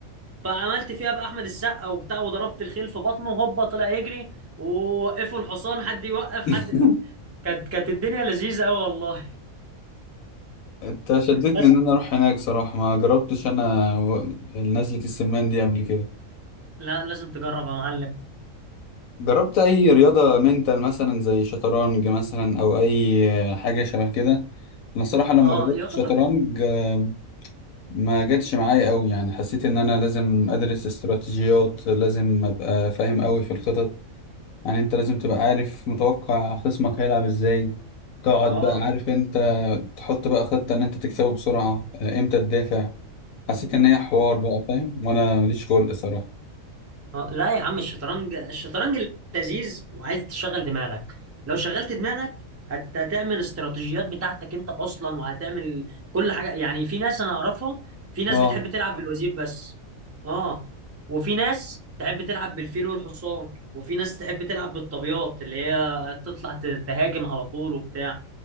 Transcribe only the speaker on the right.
فعملت فيها بقى احمد السقا وبتاع وضربت الخيل في بطنه هوبا طلع يجري ووقفوا الحصان حد يوقف
حد كانت كانت الدنيا لذيذه قوي والله
بس
لا لازم تجرب يا معلم
اه
يعتبر
اه
آه، لا يا عم الشطرنج الشطرنج لذيذ وعايز تشغل دماغك لو شغلت دماغك هت... هتعمل استراتيجيات بتاعتك انت اصلا وهتعمل كل حاجه يعني في ناس انا اعرفها في ناس
بتحب تلعب بالوزير بس اه وفي ناس تحب تلعب بالفيل والحصان وفي ناس تحب تلعب بالطابيات اللي هي تطلع ت- تهاجم على طول وبتاع